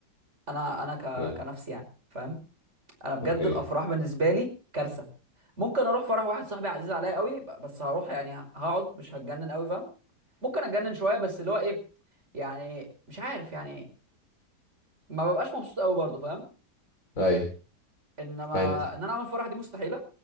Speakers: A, on the right (about 40°); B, on the left (about 50°).
A: انا انا ك...
B: اوكي
A: كنفسي يعني فاهم انا بجد
B: اوكي
A: الافراح بالنسبه لي كارثه ممكن اروح فرح واحد صاحبي عزيز عليا قوي ب- بس هروح يعني ه- هقعد مش هتجنن قوي فاهم ممكن اتجنن شويه بس اللي هو ايه يعني مش عارف يعني ما ببقاش مبسوط قوي برضه فاهم
B: ايوه
A: انما
B: فهمتك
A: ان انا اعمل فرح دي مستحيله